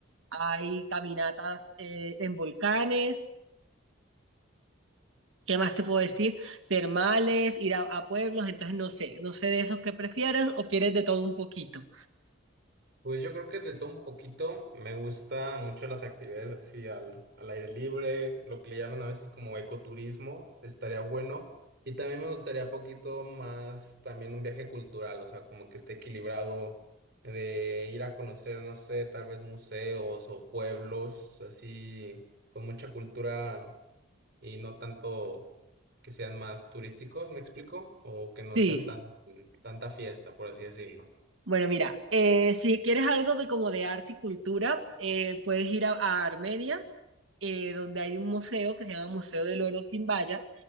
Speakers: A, on the right; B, on the right.
A: hay caminatas eh, en volcanes ¿Qué más te puedo decir? Termales, ir a, a pueblos, entonces no sé, no sé de esos que prefieres o quieres de todo un poquito.
B: Pues yo creo que de todo un poquito me gusta mucho las actividades así al, al aire libre, lo que le llaman a veces como ecoturismo, estaría bueno. Y también me gustaría poquito más también un viaje cultural, o sea, como que esté equilibrado de ir a conocer, no sé, tal vez museos o pueblos así con mucha cultura y no tanto que sean más turísticos, ¿me explico? O que no
A: Sí,
B: sea tan tanta fiesta, por así decirlo.
A: bueno, mira, eh, si quieres algo de como de arte y cultura, eh, puedes ir a, a Armenia, eh, donde hay un museo que se llama Museo del Oro Quimbaya,